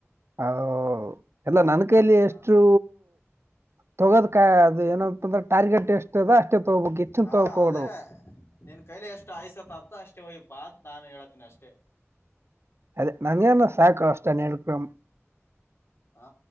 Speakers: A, on the right; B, on the left.
A: <inaudible> ಎಲ್ಲ ನನ್ ಕೈಲಿ
B: ಹಾ
A: ಎಷ್ಟು ತಗೋದಕ ಅದು ಏನಪ್ಪ ಅಂದ್ರ ಟಾರ್ಗೆಟ್ ಎಷ್ಟ ಅದ ಅಷ್ಟೇ ತಗೋಬೇಕ್ ಹೆಚ್ಚನ್
B: ಹಾ
A: ತಗೋಕ
B: ಅದೇ
A: ಹೊಡದು
B: ನಿನ್ ಕೈಲಿ ಎಷ್ಟು ಆಯ್ಸತ್ ಆಪ್ತ ಅಷ್ಟೇ ಒಯ್ಯಪ್ಪತ್ ನಾನು ಹೇಳತೀನಿ ಅಷ್ಟೇ
A: ಅದೇ ನನ್ಗೆನ ಸಾಕು ಅಷ್ಟನ್ ಹೇಳ್ಕರ್
B: ಹಾ